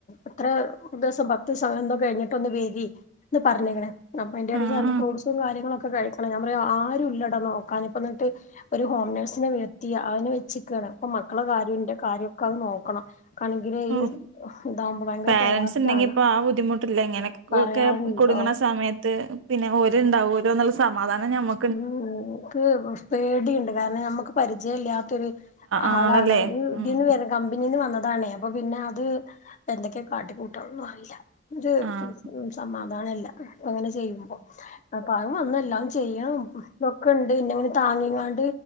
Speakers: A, on the left; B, on the right.
A: എത്ര ദിവസം പത്തിസം അങ്ങന എന്തോ കഴിഞ്ഞിട്ടൊന്ന് വെരി എന്ന് പറഞ്ഞേനെണെ അപ്പ എന്റെ കയ്യീന്ന്
B: ആഹ്
A: നല്ല ഫ്രൂട്ട്സും കാര്യങ്ങളൊക്ക ക കഴിക്കണം ഞാമ്പറയും ആരുല്ലട നോക്കാന് ഇപ്പം എന്നിട്ട് ഒരു ഹോം നേഴ്സിനെ നിർത്തി ആനെ വെച്ചക്കണ് ഇപ്പം മ മക്കള കാര്യോം ന്റ കാര്യോക്ക അത് നോക്കണം ക്കാണെങ്കില്
B: ഓ
A: ഈ ഇതാവുമ്പോ ഭയങ്കര
B: പാരന്റ്‌സ്
A: പ്രയാസാണ്
B: ഇണ്ടെങ്കിപ്പൊ ആ ബുദ്ധിമുട്ടില്ല ഇങ്ങനക്കെ
A: പറയാറുണ്ടോ
B: കുടുങ്ങണ സമയത്ത് പിന്നെ ഓര് ഇണ്ടാവോലോന്നുള്ള സമാധാനം ഞമ്മ
A: <unintelligible> മടിയുണ്ട് കാരണം നമുക്ക് പരിചയല്ല ഇത്തിരി ആളാണ്
B: ആളല്ലേ
A: ഈ ഇതീന്ന്
B: ഉം
A: വരും കമ്പനിന്ന് വന്ന താണെ അപ്പൊ പിന്ന അത് എന്തൊക്കെയ കാട്ടി കൂട്ടാന്ന് അറീല്ല ര്
B: ആഹ്
A: സമ <unintelligible> അതണെല്ല അങ്ങനെ ചെയ്യുമ്പോ അപ്പോ അത് വന്ന് എല്ലാം ചെയ്യ് ഞോ നോക്ക്ണ്ട് ന്നെ താങ്ങിങ്ങാണ്ട്